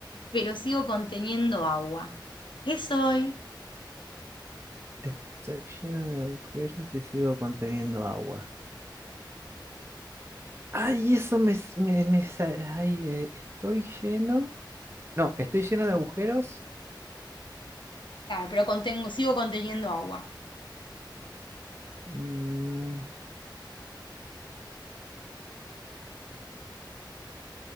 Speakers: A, on the left (about 80°); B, on the right (about 30°).
A: pero sigo conteniendo agua. ¿Qué soy?
B: Está lleno de agujeros y sigo conteniendo agua. Ay, eso me, s- me, me sa- ay, eh, estoy lleno. No, estoy lleno de agujeros.
A: Claro, pero contengo, sigo conteniendo agua.
B: Mm,